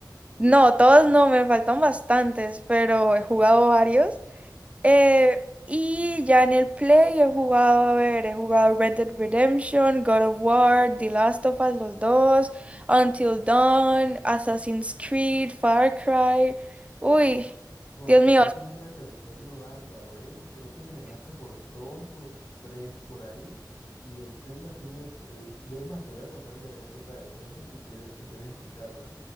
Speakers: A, on the right; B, on the left.
A: No, todos no, me faltan bastantes, pero he jugado varios. Eh, y ya en el Play he jugado, a ver, he jugado Red Dead Redemption, God of War, The Last of Us, los dos, Until Dawn, Assassin's Creed, Far Cry. Uy,
B: Buah,
A: Dios
B: tienes
A: mío,
B: un repertorio bárbaro, ¿eh? Creo que me ganaste por dos o tres por ahí y en Zelda sí me destruiste. Es más, te voy a contar mi anécdota de Zelda si quieres, si quieres escucharla.